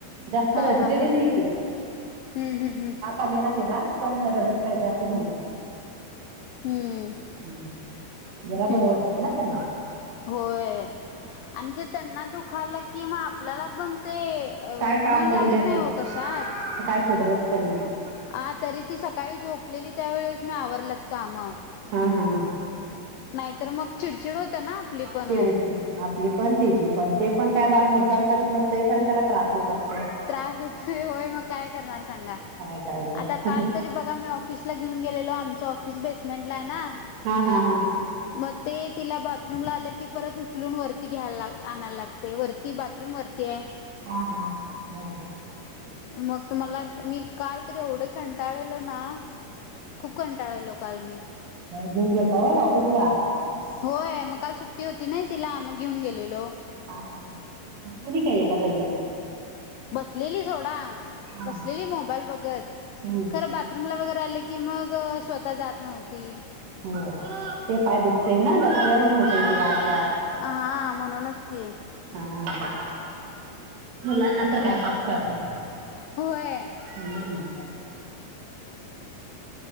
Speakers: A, on the right; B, on the left.
A: जास्त
B: हा
A: रडलेली
B: हा हा
A: नाही ती.
B: हम्म हम्म हम्म
A: आलेला तीला पण रडत काय जास् नव्हती.
B: हम्म,
A: हम्म, जरा बर वाटतय
B: हम्म
A: ना त्यांना.
B: होय, आणि ते त्यांना दुखालं की मग आपल्याला पण ते.
A: काय काम
B: मन
A: करून
B: लागत
A: देत नाही,
B: हो
A: तर
B: कशात.
A: काय सुधरत पण नाही.
B: आ, तरी ती सकाळी झोपलेली त्यावेेळेस मी आवरलात कामं.
A: हा, हा,
B: नाहीतर मग चिडचिड होतं ना. आपली पण
A: चिडचिड
B: ओ
A: आपली पण तिजी पण ते पण काय बाळ मुद्दाम करत नसतंय खरं त्याला त्रास होत असत.
B: त्रास होतोय, होय, मग काय करणार सांगा?
A: काय करायचं
B: आता काल तरी बघा मी ऑफिसला घेऊन गेलेलो, आमचं ऑफिस बेसमेंटला आहे ना,
A: हा, हा, हा
B: मग ते, तिला बाथरूम ला आलं की परतऽ. उचलून वरती घ्यायला, आणायला लागतय, बाथरूमवरती आहे.
A: हा, हा, वय,
B: मग तुम्हाला, मी काल तरी एवढं कंटाळलो ना, खूप कंटाळलो काल मी
A: घेऊन गेलता वय, ऑफिस ला?
B: होय, मग काल सुट्टी होती नाही तिला, मग घेऊन गेलेलो.
A: हा, हा, ह, बसलेली काय एखा जागी?
B: बसलेली सोडा
A: हा
B: बसलेली मोबाईल बघत
A: हम्म
B: खरं बात <unintelligible> वगैरे आले की मग अ स्वतः जात नव्हती
A: होय ते पाय दुखतंय ना लचल्यावाणी होतंय ते आतल्याआत
B: हा म्हणूनच की
A: हा मुलांना तर काय पाप कळतंय
B: होय.
A: हम्म.